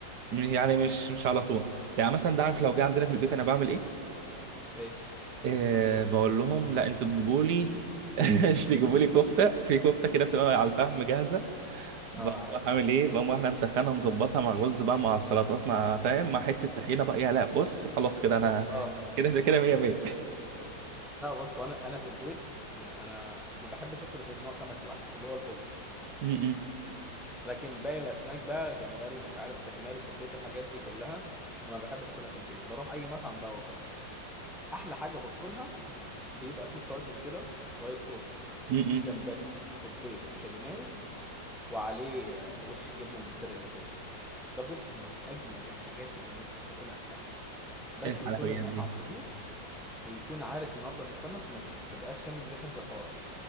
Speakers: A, on the right; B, in the centre.
A: م- يعني مش مش على طول يعني مثلا ده عارف لو جه عندنا في البيت انا بعمل ايه؟
B: ايه
A: أه بقول لهم لا انتوا تجيبوا لي <laughs> تجيبوا لي كفته في كفته كده بتبقى على الفحم جاهزه بقوم
B: اه عارفها
A: رايح عامل ايه بقوم رايح انا مسخنها مظبطها مع الرز بقى مع السلطات مع فاهم مع حته طحينه بقى يا لا بص خلاص كده انا
B: اه
A: <laughs> كده كده 100 100
B: لا بص انا انا في البيت يعني انا ما بحبش اكل غير نوع سمك واحد اللي هو البلطي
A: امم
B: لكن باقي الاسماك بقى جمبري مش عارف كاليماري صبيط الحاجات دي كلها ما بحبش اكلها في البيت بروح اي مطعم بقى واكلها احلى حاجه باكلها بيبقى فيه طاجن كده وايت صوص
A: امم
B: وفيه جمبري وصبيط وكاليماري وعليه آه، وش جبنه موتزاريلا كده ده بص من اجمد الحاجات اللي ممكن تاكلها في حياتك بس
A: ايه الحلويات
B: يكون المطعم
A: دي
B: نضيف ويكون عارف ينظف السمك ما تبقاش شامم ريحه زفاره